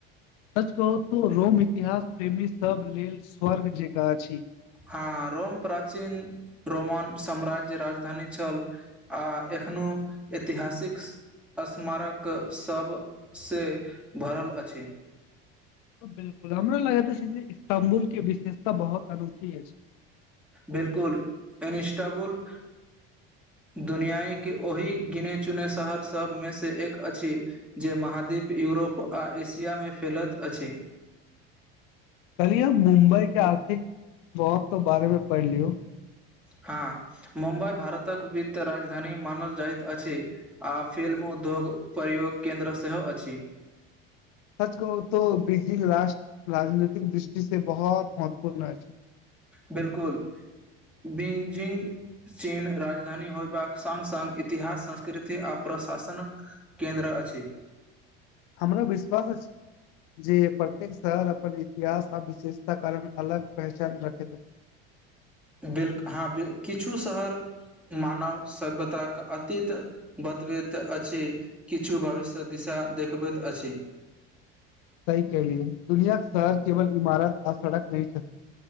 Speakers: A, on the left; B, in the centre.
A: सच कहू तो रोम इतिहास प्रेमी सभ लेल स्वर्ग जेकाँ छी।
B: हां, रोम प्राचीन रोमन साम्राज्य राजधानी छल आ एखनो। ऐतिहासिक। स्मारक सभसँ भरल अछि।
A: बिल्कुल, हमरा लाग छै इस्ताम्बुल के विशेषता बहुत अनोठी अछि।
B: बिल्कुल, एनीस्टाबुल। दुनिया के ओहि गिने-चुने शहर सभमेसँ एक अछि जे महाद्वीप। यूरोप आ एशिया में फैलत अछि।
A: कलिये मुम्बई के आर्थिक महत्व बारे में पढ़लियौ।
B: हँ, मुम्बई भारतक वित्त राजधानी मानल जाइत अछि आ फिल्म। उद्योग प्रयोग केन्द्र सेहो अछि।
A: <unintelligible> सच कहू तो बीजिंग राष्ट्र राजनीतिक दृष्टि से बहुत महत्वपूर्ण अछि।
B: बिल्कुल। बींजिंग चीन राजधानी होयबाक सांग- सांग इतिहास संस्कृति आ। प्रशासन केन्द्र अछि।
A: हमरा विश्वास अछि जे प्रत्येक शहर। अपन इतिहास आ विशेषता कारण अलग पहचान रखैत अछ।
B: बिल हँ किछु शहर। मानव सभ्यताक अतीत बतबैत अछि, किछु भविष्य दिशा। देखबैत अछि।
A: सही कहलियै दुनियाक शहर केवल इमारत आ सड़क नहि छथि,